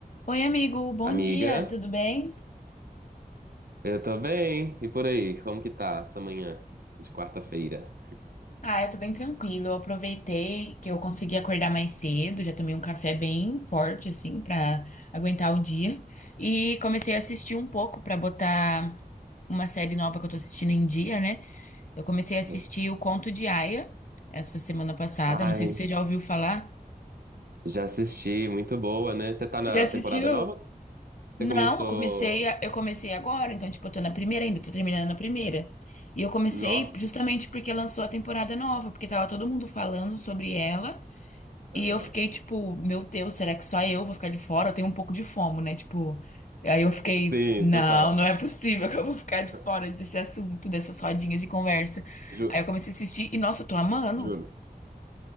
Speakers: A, on the left; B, on the right.
A: Oi, amigo, bom
B: Amiga,
A: dia, tudo bem?
B: eu tô bem. E por aí, como que tá essa manhã de quarta-feira?
A: Ah, eu tô bem tranquilo. Eu aproveitei que eu consegui acordar mais cedo, já tomei um café bem forte, assim, pra aguentar o dia. E comecei a assistir um pouco pra botar uma série nova que eu tô assistindo em dia, né? Eu comecei a assistir
B: Uhum.
A: O Conto de Aia essa semana passada,
B: Ai,
A: não sei se você já ouviu falar.
B: já assisti, muito boa, né? Você tá na
A: Já assistiu?
B: temporada nova? ou
A: Não,
B: Você começou.
A: eu comecei, a- eu comecei agora, então, tipo, eu tô na primeira ainda, tô terminando a primeira. E eu comecei
B: Nossa.
A: justamente porque lançou a temporada nova, porque tava todo mundo falando sobre ela. E
B: aham.
A: eu fiquei, tipo, meu Deus, será que só eu vou ficar de fora? Eu tenho um pouco de fomo, né? Tipo, aí eu fiquei,
B: Sim,
A: não,
B: total.
A: não é possível <laughs> que eu vou ficar de
B: <laughs>
A: fora desse assunto, dessas rodinhas de conversa.
B: Ju-
A: Aí eu comecei a assistir e, nossa, eu tô amando.
B: Juro.